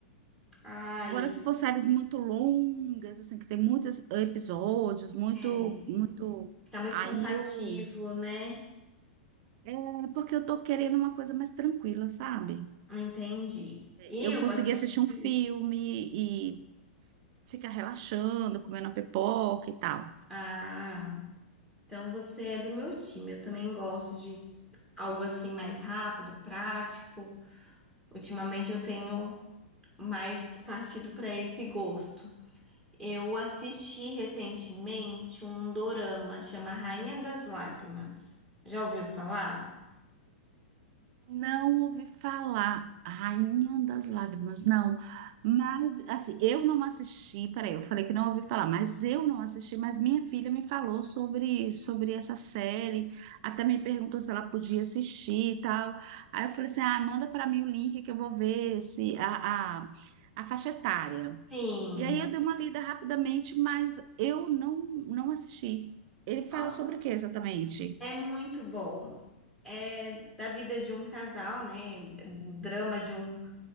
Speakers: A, in the centre; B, on the right.
A: Ai,
B: Agora, se for séries muito longas, assim, que tem muitos episódios, muito,
A: é,
B: muito.
A: tá muito
B: Aí
A: cansativo,
B: eu.
A: né?
B: É porque eu tô querendo uma coisa mais tranquila, sabe?
A: Entendi. Eu
B: Eu consegui
A: assisti.
B: assistir um filme e ficar relaxando, comendo uma pipoca e tal.
A: Ah, então você é do meu time. Eu também gosto de algo assim mais rápido, prático. Ultimamente eu tenho mais partido para esse gosto. Eu assisti recentemente um dorama, chama Rainha das Lágrimas. Já ouviu falar?
B: Não ouvi falar Rainha das Lágrimas, não. Mas, assim, eu não assisti, peraí, eu falei que não ouvi falar, mas eu não assisti, mas minha filha me falou sobre, sobre essa série, até me perguntou se ela podia assistir e tal. Aí eu falei assim, ah, manda para mim o link que eu vou ver se a, a, a faixa etária.
A: Sim.
B: E aí eu dei uma lida rapidamente, mas eu não, não assisti. Ele fala
A: Nossa,
B: sobre o que exatamente?
A: é muito bom. É da vida de um casal, né? Drama de um